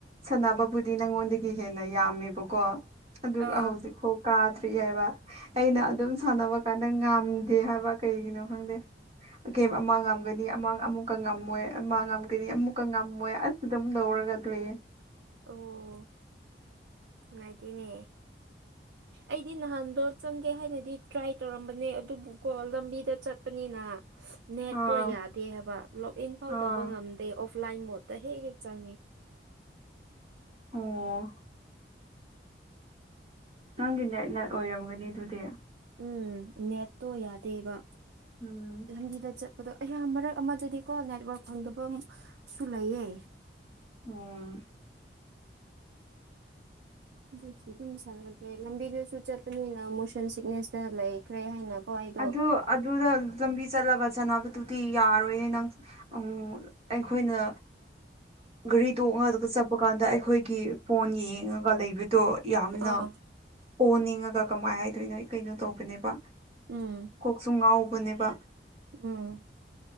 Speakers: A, on the right; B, on the right.
A: ꯁꯥꯟꯅꯕꯕꯨꯗꯤ ꯅꯪꯉꯣꯟꯗꯒꯤ ꯍꯦꯟꯅ ꯌꯥꯝꯃꯦꯕꯀꯣ ꯑꯗꯨꯒ
B: ꯑꯥ
A: ꯍꯧꯖꯤꯛ ꯐꯧ ꯀꯥꯗ꯭ꯔꯤ ꯍꯥꯏꯕ ꯑꯩꯅ ꯑꯗꯨꯝ ꯁꯥꯟꯅꯕ ꯀꯥꯟꯗ ꯉꯥꯝꯗꯦ ꯍꯥꯏꯕ ꯀꯩꯒꯤꯅꯣ ꯈꯪꯗꯦ ꯒꯦꯝ ꯑꯃ ꯉꯝꯒ꯭ꯔꯗꯤ ꯑꯃꯥꯡ ꯑꯃꯨꯛꯀ ꯉꯝ ꯃꯣꯏ ꯑꯃ ꯉꯝꯒꯅꯤ ꯑꯃꯨꯛꯀ ꯉꯝꯃꯣꯏ ꯑꯁ ꯗꯨꯝ ꯇꯧꯔꯒꯗ ꯂꯩꯌꯦ
B: ꯑꯣ ꯅꯨꯡꯉꯥꯏꯇꯦꯅꯦ ꯑꯩꯗꯤ ꯅꯍꯥꯟꯗꯣ ꯆꯪꯒꯦ ꯍꯥꯏꯅ ꯗꯤ ꯇ꯭ꯔꯥꯏ ꯇꯧꯔꯝꯕꯅꯦ ꯑꯗꯨꯕꯨꯀꯣ ꯂꯝꯕꯤꯗ ꯆꯠꯄꯅꯤꯅꯥ ꯅꯦꯠꯇꯣ
A: ꯑꯥ
B: ꯌꯥꯗꯦ ꯍꯥꯏꯕ ꯂꯣꯛ ꯏꯟꯐꯥꯎ
A: ꯑꯥ
B: ꯇꯧꯕ ꯉꯝꯗꯦ ꯑꯣꯐꯂꯥꯏꯟ ꯃꯣꯠꯇ ꯍꯦꯛ ꯍꯦꯛ ꯆꯪꯉꯤ
A: ꯑꯣ ꯅꯪꯒꯤ ꯅꯦꯠꯅ ꯑꯣꯏꯔꯝꯒꯅꯤ ꯑꯗꯨꯗꯤ
B: ꯎꯝ ꯅꯦꯠꯇꯣ ꯌꯥꯗꯦꯕ
A: ꯎꯝ
B: ꯂꯝꯕꯤꯗ ꯆꯠꯄꯗꯣ ꯑꯌꯥ ꯃꯔꯛ ꯑꯃꯗꯗꯤꯀꯣ ꯅꯦꯠꯋꯔꯛ ꯐꯪꯗꯕ ꯁꯨ ꯂꯩꯌꯦ
A: ꯑꯣꯝ
B: ꯑꯗꯨꯒꯤ ꯑꯗꯨꯝ ꯁꯥꯟꯅꯗ꯭ꯔꯦ ꯂꯝꯕꯤꯗꯁꯨ ꯆꯠꯄꯅꯤꯅ ꯃꯣꯁꯟ ꯁꯤꯛꯅꯦꯁꯇ ꯂꯩ ꯀ꯭ꯔꯦ ꯍꯥꯏꯅꯀꯣ ꯑꯩ
A: ꯑꯗꯨ ꯑꯗꯨꯔ ꯂꯝꯕꯤ ꯆꯠꯂꯒ ꯆꯥꯅꯕ ꯗꯨꯗꯤ ꯌꯥꯔꯣꯏꯍꯦ ꯅꯪ ꯎꯝ ꯑꯩꯈꯣꯏꯅ ꯒꯔꯤ ꯇꯣꯡꯉ ꯆꯠꯄ ꯀꯥꯟꯗ ꯑꯩꯈꯣꯏꯒꯤ ꯐꯣꯟ ꯌꯦꯡꯉꯒ ꯂꯩꯕ ꯗꯣ ꯌꯥꯝꯅ
B: ꯑꯥ
A: ꯑꯣꯅꯤꯡꯉꯒ ꯀꯃꯥꯏ ꯍꯥꯏꯗꯣꯏꯅꯣ ꯑꯩ ꯀꯩꯅꯣ ꯇꯧꯕꯅꯦꯕ
B: ꯎꯝ
A: ꯀꯣꯛꯁꯨ ꯉꯥꯎꯕꯅꯦꯕ
B: ꯎꯝ